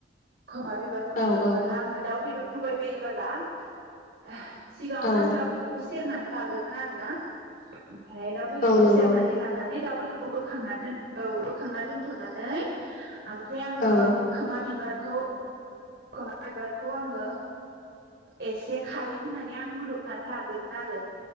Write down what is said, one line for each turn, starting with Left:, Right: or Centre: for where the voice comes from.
Right: खोमा बिबारखौ संङोबोला
Left: औ औ
Right: आङो दाउ बि होबाय बायोबोला आह सिगाङावनो
Left: औ
Right: आं दाउ बेदरखौ सेरनानै लाग्रोगोन आरो ना ओमफाय दाउ बेदरखौ
Left: औ नंगौ
Right: सेरनानै लानान बि दाउ बेदरखौ बोखांना दोन औ बोखांना दोनथनानै ओमफाय आङो
Left: औ
Right: खोमा बिबार खौ खोमा बिबारखौ आङो एसे खारै होनानै आं रुदबनानै लाग ग्रोगोन आरो